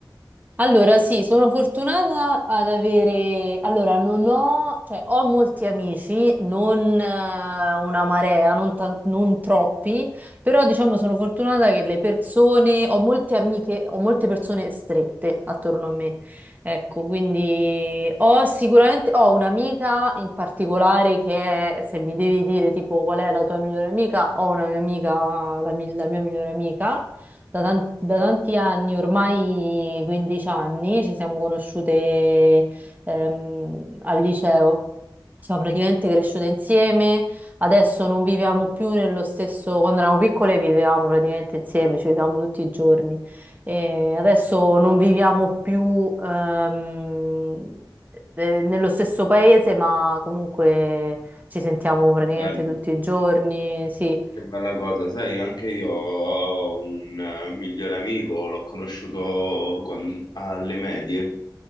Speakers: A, on the right; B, on the left.
A: Allora, sì, sono fortunata ad avere... Allora, non ho... cioè, ho molti amici, non eh, una marea, non, tan- non troppi, però diciamo sono fortunata che le persone... Ho molte amiche, ho molte persone strette attorno a me. Ecco, quindi ho sicuramente... Ho un'amica in particolare che è, se mi devi dire tipo qual è la tua migliore amica, ho una mia amica, la mi- la mia migliore amica da, tan- da tanti anni, ormai 15 anni, ci siamo conosciute ehm, al liceo. Siamo praticamente cresciute insieme, adesso non viviamo più nello stesso, quando eravamo piccole vivevamo praticamente insieme, ci vedevamo tutti i giorni. E adesso non viviamo più ehm, eh, nello stesso paese, ma comunque ci sentiamo praticamente
B: Bello,
A: tutti i giorni, sì.
B: che bella cosa. Sai, anche io ho un eh, miglior amico, l'ho conosciuto quan- alle medie